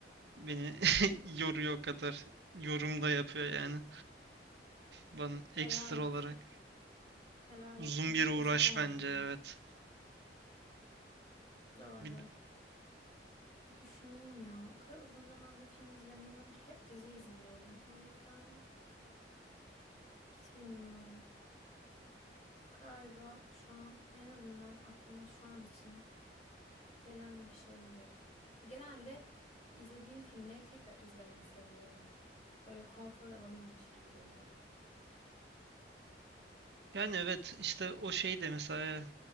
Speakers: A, on the right; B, on the left.
A: Beni <laughs> yoruyor o kadar. Yorum da yapıyor yani. Bana ekstra
B: Helal olsun.
A: olarak.
B: Helal
A: Uzun
B: olsun. Herkes
A: bir uğraş
B: yapamaz
A: bence
B: yani.
A: evet.
B: Doğru.
A: Bir-
B: Bir düşüneyim ya. O kadar uzun zamandır film izlemiyorum ki hep dizi izliyorum. O yüzden hiç bilmiyorum. Galiba şu an en azından aklıma şu an için gelen bir şey yok. Genelde izlediğim filmleri tekrar izlemeyi seviyorum ben. Böyle konfor alanımmış gibi geliyor.
A: Yani evet işte o şey de mesela